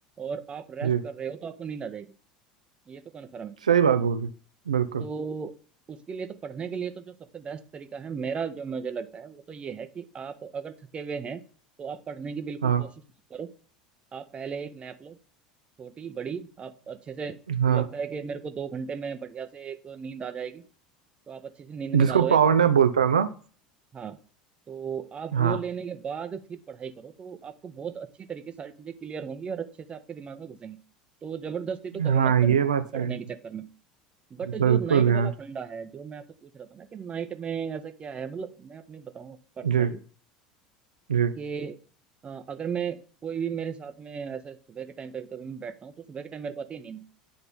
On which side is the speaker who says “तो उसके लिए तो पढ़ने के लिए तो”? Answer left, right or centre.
Right